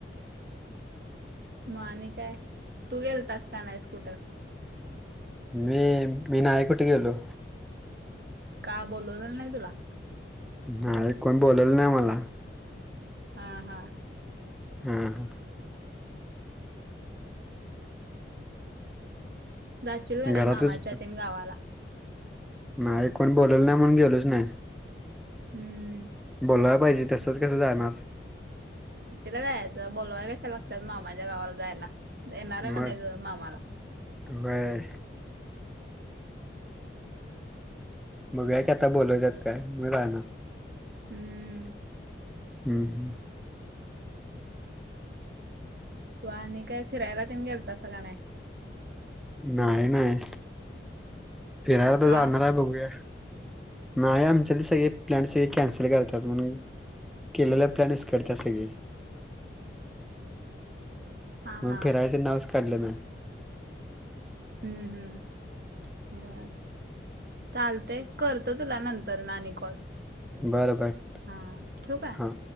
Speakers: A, on the right; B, in the centre.
A: मग आणि काय तू गेल तस का नाही कुठं
B: मी मी नाय कुठ गेलो.
A: का बोलवलं नाही तुला.
B: नाही कोण बोलेल नाही आम्हाला
A: हा हा.
B: हम् हा.
A: जाशील का नाही
B: घरातच
A: मामाच्या तेन गावाला.
B: नाही कोण बोलवल नाही म्हणून गेलोच नाही.
A: हम्म.
B: बोलाय पाहिजे तसच कसं जाणार.
A: सुट्टीला जायचं बोलावयला कशाला लागतय मामाच्या गावाला जायला येणार आहे
B: मग
A: म्हणायच मामाला.
B: व्हय बघेऊया की आता बोलवतात काय मग जाणार.
A: हम्म.
B: हम्म हम्म.
A: हो आणि काय फिरायला तेन गेलतासा का नाही
B: नाही नाही फिरायला तर
A: का
B: जाणार आहे बघूया नाही आमच्या सगळे प्लॅन सगळे कॅन्सल करतात म्हणून केलेला प्लॅन विसकटतात सगळे
A: हा
B: मग
A: हा
B: फिरायचं नावच काढल नाही
A: हम्म हम्म बर चालतय करतो तुला नंतर नी आणि कॉल
B: बरं बरं
A: हा ठेऊ काय
B: हां